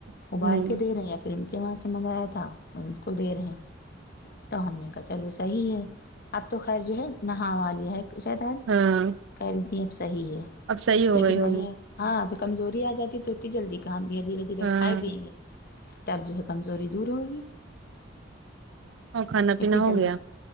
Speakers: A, on the right; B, on the left.
A: ہوں
B: ابال کے دے رہی اب پھر ان کے وہاں سے منگایا تھا ان کو دے رہے ہیں تو ہم نے کہا چلو صحیح ہے اب تو خیر جو ہے نہاوا لیا ہے پوچھا تھا اج
A: ہاں
B: کہہ رہی تھیں اب صحیح ہے
A: اب صحیح ہو
B: لیکن
A: گئی ہوگی
B: وہی ہے ہاں پھر کمزوری آ جاتی تو اتنی جلدی کہاں دھیرے دھیرے
A: ہاں
B: کھائے پئیں گے تب جو ہے کمزوری دور ہوگی
A: اور کھانا
B: اتنی
A: پینا ہو
B: جلدی
A: گیا